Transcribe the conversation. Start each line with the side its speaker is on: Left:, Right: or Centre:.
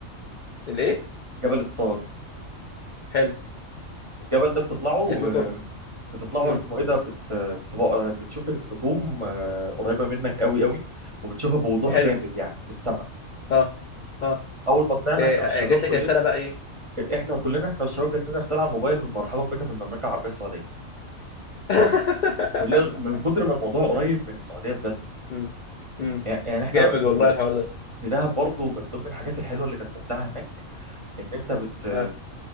Left: الايه
Right: جبل ستار
Left: حلو
Right: الجبل ده بتطلعه
Left: جات لكم
Right: آه، بتطلعه
Left: مم.
Right: اسمه ايه ده بت... بتبقى آه، بتشوف النجوم آه، قريبه منك قوي قوي وبتشوفها بوضوح
Left: حلو
Right: جامد يعني في السماء
Left: اه اه
Right: اول ما طلعنا
Left: إيه،
Right: احنا
Left: آه،
Right: والشباب
Left: جات لك
Right: كلنا
Left: رساله بقى ايه
Right: احنا كلنا احنا والشباب جات لنا رساله على الموبايل من مرحبا بك في المملكه العربيه السعوديه
Left: <laughs>
Right: كلنا من كتر ما الموضوع قريب من السعوديه بجد
Left: مم. مم.
Right: يعني يعني احنا
Left: جامد
Right: في
Left: والله الحوار ده
Right: في دهب برضو من ضمن الحاجات الحلوه اللي كانت ممتعه هناك ان انت بت
Left: اه